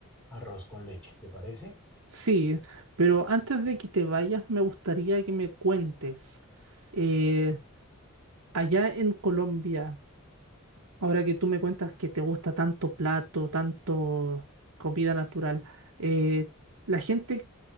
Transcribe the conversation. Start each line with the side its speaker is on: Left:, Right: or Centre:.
Centre: arroz con leche, ¿te parece?
Right: Sí, pero antes de que te vayas, me gustaría que me cuentes. eh, allá en Colombia, ahora que tú me cuentas que te gusta tanto plato, tanto comida natural, eh, la gente,